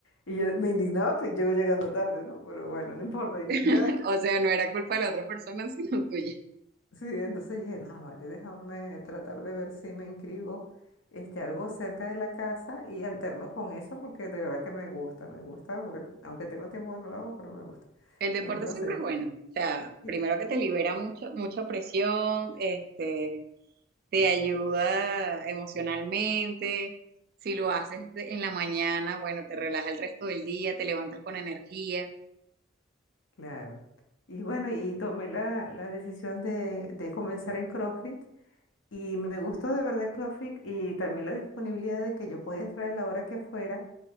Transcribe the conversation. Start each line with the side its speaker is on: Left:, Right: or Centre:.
Left: Y yo me indignaba, pues llego llegando tarde, ¿no? Pero bueno, no importa, indignada
Right: <laughs> O sea, no era culpa de la otra persona, <laughs> sino tuya.
Left: Sí, entonces dije, no, vale, déjame tratar de ver si me inscribo este, algo cerca de la casa y alterno con eso porque de verdad que me gusta, me gusta, porque aunque tengo tiempo que no lo hago, pero me gusta.
Right: El deporte
Left: Entonces,
Right: siempre es bueno. O sea,
Left: sí,
Right: primero que te libera mucho, mucha presión, este, te ayuda emocionalmente. Si lo haces de- en la mañana, bueno, te relaja el resto del día, te levantas con energía.
Left: claro. Y bueno, y tomé la, la decisión de, de comenzar en CrossFit y me gustó de verdad CrossFit y también la disponibilidad de que yo podía entrar a la hora que fuera